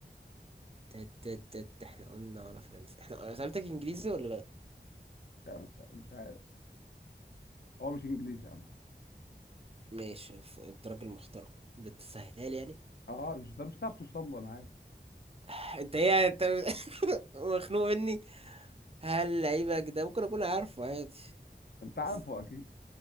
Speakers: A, on the right; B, on the left.
A: تت تت تت احنا قلنا ولا فرنسا احنا انا سألتك انجليزي ولا لا
B: لا مش مش عارف هو مش انجليزي يا عم
A: ماشي ف- انت راجل محترم بتسهلها لي يعني
B: اه مش ده مش هتعرف توصل له انا عارف
A: <laughs> انت ايه يعني؟ انت <laughs> مخنوق مني هل لعيبك ده ممكن اكون عارفه عادي
B: انت
A: بس
B: عارفه اكيد